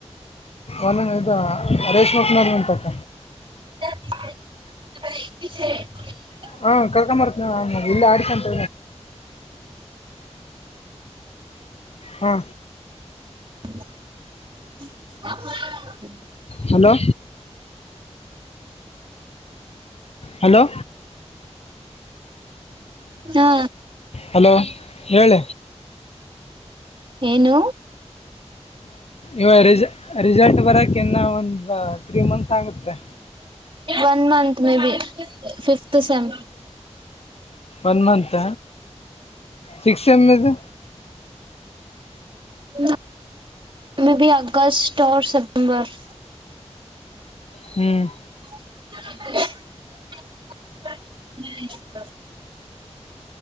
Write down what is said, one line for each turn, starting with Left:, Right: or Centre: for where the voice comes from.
Left: ಒ ಇ ರೇಶ್ಮಾಕ್ನ ಉಂಟಕ್ಕ
Right: <inaudible>
Left: ಹಾ ಕರ್ಕೊಂಬರ್ತನ ಇಲ್ಲಿ ಆಡಿಕಂತ ಹಾ
Right: <inaudible>
Left: ಹಲೋ ಹಲೋ
Right: ಹಾ
Left: ಹಲೋ ಹೇಳಿ
Right: ಏನು
Left: ಇವ ರಿಸಲ್ಟ್ ಬರಕ ಇನ್ನು ಒಂದು ತ್ರೀ ಮಂತ್ಸ್ ಆಗುತ್ತೆ
Right: ಒನ್ ಮಂತ್ ಮ B fifth sem
Left: one month six ಎಮ ಇದು
Right: <inaudible> ಮೆ ಬಿ ಅಗಸ್ತ ಸೇಪ್ಟ್ ಬರ್
Left: ಹ್ಮ್
Right: <inaudible> ಹ್ಮ